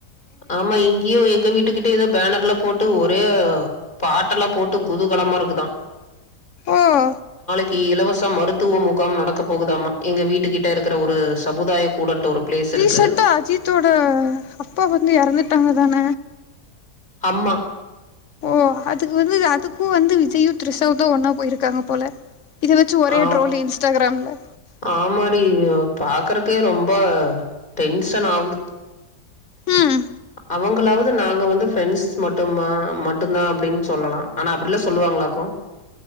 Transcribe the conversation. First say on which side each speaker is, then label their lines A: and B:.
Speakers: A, on the left; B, on the left.
A: ஆமா இங்கயோ எங்க வீட்டுக்கிட்ட எதோ பேனர்ல போட்டு ஒரே பாட்டெல்லா போட்டு குதுகலமா இருக்குதா.
B: ஆஹ்.
A: கு இலவச மருத்துவ முகாம் நடக்க போகுதாமா எங்க வீட்டு கிட்ட இருக்கிற ஒரு சமுதாய கூடன்டு ஒரு பிளேஸ்
B: ரீசன்டா
A: இருக்கு.
B: அஜிதோட அப் பா வந்து எறந்துட்டாங்க தான
A: ஆமா
B: ஓ அதுக்கு வந்து அதுக்கோ வந்து வி ஜியூ த்ரிசாவு தா ஒன்னா போயிருக்காங்க போல இத வச்சு ஒரே
A: ஆ
B: ட்ரோல் இன்ஸ்டாகிராம்ல
A: ஆமாடி யோ பாக்குறக்கே ரொம்ப டென்சன் ஆவுது
B: ம்
A: அவுங்களாவது நாங்க வந்து பிரெண்ட்ஸ் மட்டுமா மட்டுந்தா அப்படின்னு சொல்லலா ஆனா அப்படிலா சொல்லுவாங்களாக்கு